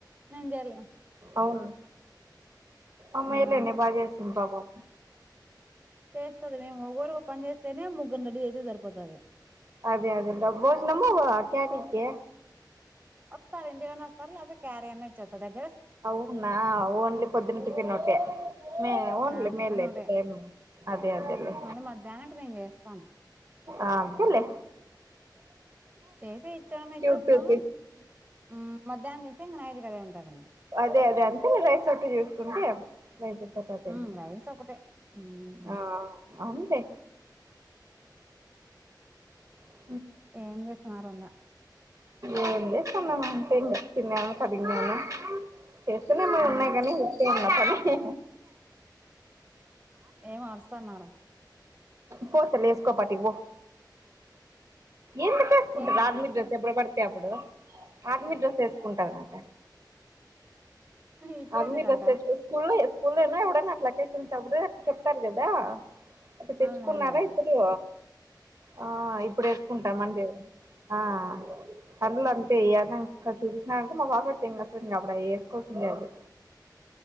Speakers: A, on the right (about 25°); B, on the right (about 50°).
A: నంజాల
B: అవును అమ్మాయిలనే
A: మ్మ్
B: బాగజేసింది పాపం
A: చేస్తది మే ఒగోరు ఒక పని చేస్తేనే ముగ్గురు రెడిగా చేస సరిపోతది
B: అదే అదేలో భోజ్నము క్యారీకి
A: వస్తారు ఇండిలోనే వస్తారు లేద క్యారీ అన్న ఇచ్చతారు దగ్గర
B: అవునా ఓన్లీ పొద్దున టిఫినోటే మే ఉంలే
A: ఆ టిఫిన్
B: మేల్ యితే
A: ఒకటే
B: టైమ్ అదే అదేలే
A: మళ్ళీ మధ్యాహ్నానికి నేను చేస్తాను
B: ఆ అంతెలే
A: చేసి ఇచ్చనా ఇచ్చేస్తాము
B: ఉంటుంది
A: ఉ మధ్యాహ్నం చేస్త అయితే నైట్ కి అదే ఉంటాది
B: అదే అదే అంతే రైస్ ఎక్కువ చూసుకుంటే నైట్ చపాతీనా
A: మ్మ్ రైస్ ఒకటే మ్మ్
B: ఆ అంతె అ
A: ఏం జేస్తున్నారు అన్న
B: ఏం జేస్తాన్నమంటే ఇంగా తిన్నామ కడిగినామ చెప్పినమా
A: ఆ
B: ఉన్నాయి కానీ ఉన్నా కానీ
A: ఏమో అరుస్తన్నారు
B: పోతలే ఎసుకో పాటిటీ పో ఎందుకు ఏసుకుంటారు
A: ఏం అరుస్తా
B: ఆర్మీ డ్రెస్ ఎబడు పడితే అప్పుడు ఆర్మీ డ్రెస్ వేసుకుంటది అంట
A: ఇప్పుడు
B: ఆర్మీ
A: ఎందుకంట
B: డ్రస్ స్త స్కూల్లో ఏస్ స్కూల్నా ఎవడన్న అట్ల అకేషన్స్ అప్పుడు చెప్తారు కదా అటు తెచ్చుకున్నారా
A: అవునులే
B: ఇద్దరు ఆ ఇప్పుడు వేసుకుంటామండి ఆ కండ్లు అంతె ఏదన చూసినక మా బాపట్టే ఏంక అబుడు వేసుకోవాల్సిందే అది